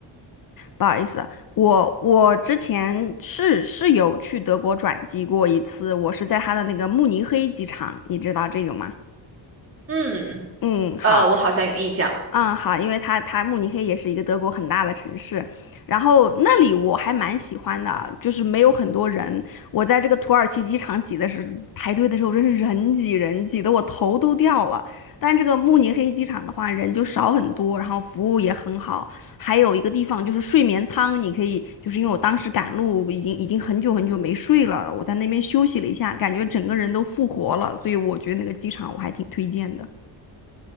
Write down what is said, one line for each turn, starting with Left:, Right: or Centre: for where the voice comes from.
Left: 不好意思，我我之前是是有去德国转机过一次，我是在他的那个慕尼黑机场，你知道这个吗？
Right: 嗯。
Left: 嗯，好。
Right: 呃，我好像有印象，
Left: 嗯，好，因为它它慕尼黑也是一个德国很大的城市，然后那里我还蛮喜欢的，就是没有很多人。我在这个土耳其机场挤的是排队的时候，真是人挤人挤得我头都掉了。但这个慕尼黑机场的话，人就少很多，然后服务也很好。还有一个地方就是睡眠舱，你可以就是因为我当时赶路已经已经很久很久没睡了，我在那边休息了一下，感觉整个人都复活了，所以我觉得那个机场我还挺推荐的。